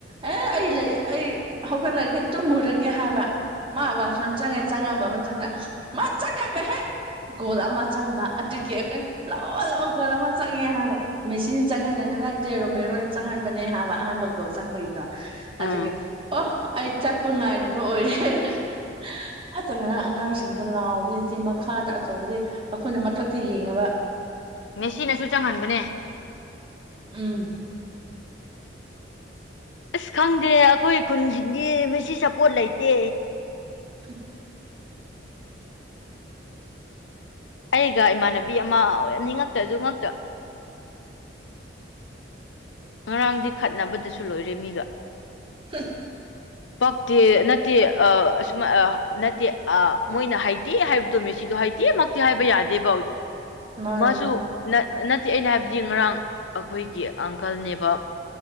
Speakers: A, on the right (about 30°); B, on the left (about 75°).
A: ꯑꯦ ꯑꯩ ꯂꯩ ꯑꯩ ꯍꯧꯒꯠꯂꯒꯦ ꯇꯨꯝꯃꯨꯔꯒꯦ ꯍꯥꯏꯕ ꯃꯥ ꯋꯥꯁꯔꯨꯝ ꯆꯪ ꯆꯪꯉꯕ ꯃꯇꯨꯡꯗ ꯃꯥ ꯆꯠꯈꯕ ꯍꯦꯛ ꯒꯣꯜ ꯑꯃ ꯆꯪꯕ ꯑꯗꯨꯒꯤ ꯑꯩꯈꯣꯏ ꯂꯥꯛꯑꯣ ꯂꯥꯛꯑꯣ ꯒꯣꯜ ꯑꯃ ꯆꯪꯉꯦ ꯍꯥꯏꯕ ꯃꯦꯁꯤꯅ ꯆꯪꯍꯟꯂꯤꯔ ꯅꯠꯇꯦ ꯔꯣꯃꯦꯔꯣꯅ ꯆꯪꯍꯟꯕꯅꯦ ꯍꯥꯏꯕꯥ ꯑꯍꯥꯟꯕ ꯀꯣ ꯆꯪꯕꯒꯤꯗꯣ ꯑꯗꯨꯒꯤ
B: ꯎꯝ
A: ꯑꯣ ꯑꯩ ꯆꯞꯄ ꯉꯥꯏꯔꯤꯕ ꯑꯣꯏꯔꯦ ꯍꯤꯍꯤꯍꯤ ꯑꯗꯨꯅ ꯑꯉꯥꯡꯁꯤꯡꯗꯣ ꯂꯥꯎꯕꯗꯨꯗꯤ ꯃꯈꯥꯗ ꯑꯆꯧꯕꯗꯤ ꯑꯩꯈꯣꯏꯅ ꯃꯊꯛꯇ ꯌꯦꯡꯉꯦꯕ
B: ꯃꯦꯁꯤꯅꯁꯨ ꯆꯪꯍꯟꯕꯅꯦ
A: ꯎꯝ
B: ꯑꯁ ꯈꯪꯗꯦ ꯑꯩꯈꯣꯏ ꯈꯨꯟꯁꯤꯡꯗꯤ ꯃꯁꯤ ꯁꯄꯣꯠ ꯂꯩꯇꯦ
A: ꯍꯨꯡ
B: ꯑꯩꯒ ꯏꯃꯥꯟꯅꯕꯤ ꯑꯃ ꯑꯣꯏꯅꯤꯉꯛꯇ ꯑꯗꯨ ꯉꯛꯇ ꯉꯔꯥꯡꯗꯤ ꯈꯠꯅꯕꯗꯁꯨ ꯂꯣꯏꯔꯦ ꯃꯤꯒ
A: ꯍꯨꯡꯁ
B: ꯄꯛꯇꯦ ꯅꯠꯇꯦ ꯑꯥ ꯑꯁꯨꯃ ꯑꯥ ꯅꯠꯇꯦ ꯑꯥ ꯃꯣꯏꯅ ꯍꯩꯇꯦ ꯍꯥꯏꯕꯗꯣ ꯃꯦꯁꯤ ꯑꯗꯨ ꯍꯩꯇꯦꯃꯛꯇꯤ ꯍꯥꯏꯕ ꯌꯥꯗꯦꯕ
A: ꯃꯥꯅꯦ
B: ꯃꯥꯁꯨ
A: ꯃꯥꯅꯦ
B: ꯅꯠ ꯅꯠꯇꯦ ꯑꯩꯅ ꯍꯥꯏꯕꯗꯤ ꯉꯔꯥꯡ ꯑꯩꯈꯣꯏꯒꯤ ꯑꯪꯀꯜꯅꯦꯕ